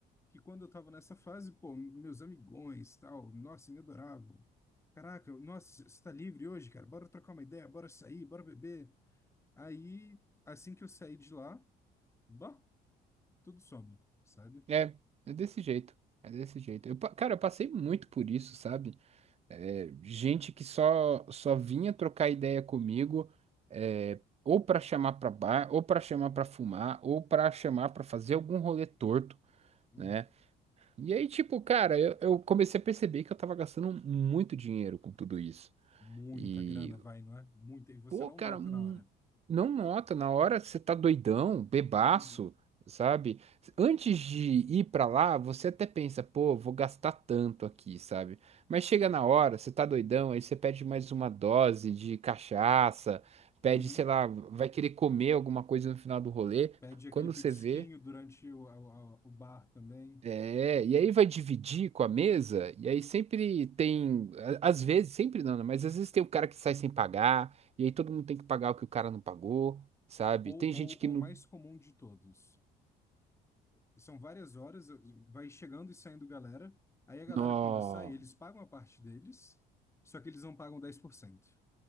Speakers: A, on the left; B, on the right.
A: que quando eu tava nessa fase, pô, meus amigões, tal, nossa, me adoravam. Caraca, eu- nossa, você tá livre hoje, cara? Bora trocar uma ideia, bora sair, bora beber. Aí, assim que eu saí de lá, bah, tudo some, sabe?
B: É, é desse jeito. É desse jeito. Eu, pa- cara, eu passei muito por isso, sabe? é, gente que só só vinha trocar ideia comigo, é, ou para chamar para bar, ou para chamar para fumar, ou para chamar para fazer algum rolê torto,
A: Uhum.
B: né? E aí, tipo, cara, eu, eu comecei a perceber que eu tava gastando muito dinheiro com tudo isso.
A: Muita
B: E
A: grana vai, não é? Muita, e você
B: Pô,
A: não
B: cara,
A: nota
B: hum,
A: na hora.
B: não nota, na hora você tá doidão, bebaço,
A: Uhum.
B: sabe? Antes de ir pra lá, você até pensa, pô, vou gastar tanto aqui, sabe? Mas chega na hora, você tá doidão, aí você pede mais uma dose de cachaça, pede,
A: Uhum.
B: sei lá, vai querer comer alguma coisa no final do rolê.
A: Pede aquele
B: Quando
A: petisquinho
B: você vê,
A: durante o, a- a- o bar também.
B: é, e aí vai dividir com a mesa, e aí sempre tem, a- às vezes, sempre não, né? Mas às vezes tem um cara que sai sem pagar, e aí todo mundo tem que pagar o que o cara não pagou, sabe?
A: ou,
B: Tem
A: ou,
B: gente que
A: ou
B: não,
A: mais comum de todos. São várias horas, vai chegando e saindo galera. Aí a galera,
B: no...
A: quando sai, eles pagam a parte deles, só que eles não pagam dez por cento